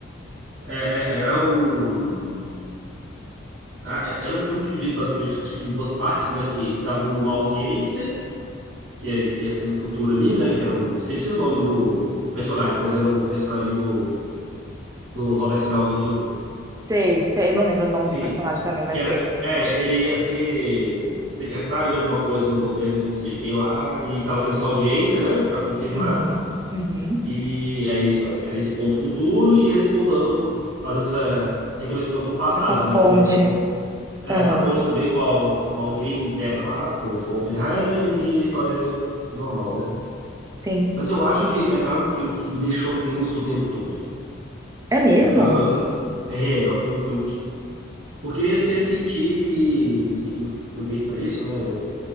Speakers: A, on the right (about 65°); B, on the right (about 15°).
A: É- é- era um. Ah, é- era um filme dividido basicamente acho que em duas partes, né? Que eles estavam numa audiência, que, é- que ia ser no futuro ali, né? Que era o. Esqueci o nome do, do personagem, mas era o personagem do, do Robert Downey Jr.
B: Sei, sei, eu não lembro o nome
A: Sim.
B: do personagem também, mas
A: Que era.
B: sei.
A: É, ele ia ser secretário de alguma coisa no governo de não sei quem lá, e tava tendo essa audiência, né? Pra confirmar.
B: Uhum, uhum.
A: E aí era esse ponto futuro e eles contando, fazendo essa reconexão com o passado,
B: Essa ponte.
A: né? Teve um ponto. É,
B: Aham.
A: Essa ponte também com a- uma audiência interna lá, com, com Oppenheimer e a história normal, né?
B: Sim.
A: Mas eu acho que é- era um filme que me deixou tenso o tempo todo.
B: É mesmo?
A: É, é, é, é, é, foi um filme que. Porque você sentia que. e Eu fui feito pra isso, né? Eu,